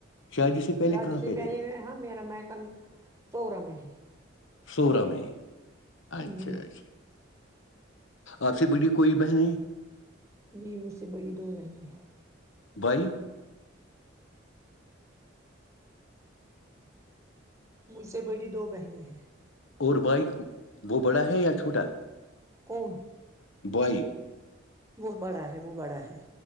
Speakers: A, on the left; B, on the right.
A: شادی سے پہلے
B: شادی
A: کہاں
B: سے
A: پہ
B: پہلے
A: رہتی
B: میں میرا میکن سولہہ میں ہے
A: سور میں اچھا
B: جی
A: اچھا آپ سے بڑی کوئی بہن
B: جی مجھ سے بڑی دو بہنیں ہیں
A: بئی
B: مجھ سے بڑی دو بہنیں ہیں
A: اور بائک وہ بڑا ہے یا چھوٹا
B: کون
A: بائی
B: وہ بڑا ہے وہ بڑا ہے